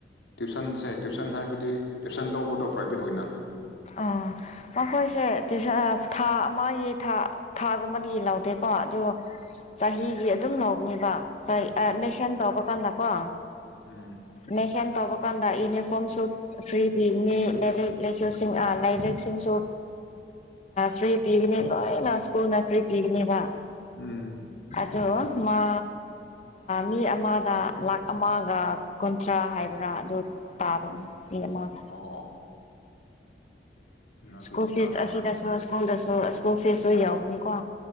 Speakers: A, on the left; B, on the left.
A: ꯇꯨꯏꯁꯟꯁꯦ ꯇꯨꯏꯁꯟ ꯍꯥꯏꯕꯗꯤ ꯇꯨꯏꯁꯟ ꯂꯧꯕꯗꯣ ꯄ꯭ꯔꯥꯏꯚꯦꯠ ꯑꯣꯏꯅ
B: ꯑꯣ ꯃꯈꯣꯏꯁꯦ ꯇꯨꯏꯁꯟ ꯊꯥ ꯑꯃꯒꯤ ꯊꯥ ꯊꯥꯒꯨꯝꯕꯗꯤ ꯂꯧꯗꯦꯀꯣ ꯀ‌ꯣ ꯑꯗꯨ ꯆꯍꯤꯒꯤ ꯑꯗꯨꯝ ꯂꯧꯕꯅꯦꯕ
A: ꯑꯧ
B: ꯃꯦꯁꯟ ꯇꯧꯕꯀꯥꯟꯗꯀꯣ
A: ꯎꯝ
B: ꯃꯦꯁꯟ ꯇꯧꯕ ꯗꯨꯀꯥꯟꯗ ꯌꯨꯅꯤꯐꯣꯔꯝꯁꯨ ꯐ꯭ꯔꯤ ꯄꯤꯕꯅꯤ ꯂꯥꯏꯔꯤꯛ ꯂꯥꯏꯁꯨ <unintelligible> ꯑꯥ ꯂꯥꯏꯔꯤꯛꯁꯤꯡꯁꯨ ꯐ꯭ꯔꯤ ꯄꯤꯒꯅꯤ ꯂꯣꯏꯅ ꯁ꯭ꯀꯨꯜꯅ ꯐ꯭ꯔꯤ ꯄꯤꯒꯅꯤꯕ
A: ꯎꯝ
B: ꯑꯗꯣ ꯃꯥ ꯃꯤ ꯑꯃꯗ ꯂꯥꯛ ꯑꯃꯒ ꯀꯨꯟꯊ꯭ꯔꯥ ꯍꯥꯏꯕ꯭ꯔꯥ ꯇꯥꯕꯅꯤ ꯃ ꯃꯥꯗ
A: ꯑꯣ ꯑꯗꯨꯗꯤ
B: ꯁ꯭ꯀꯨꯜ ꯐꯤꯁ
A: ꯇꯥꯡꯉꯤꯅꯦ
B: ꯑꯁꯤꯗꯁꯨ ꯁ꯭ꯀꯨꯜꯗꯁꯨ ꯁ꯭ꯀꯨꯜ ꯐꯤꯁꯁꯨ ꯌꯥꯎꯕꯅꯤꯀꯣ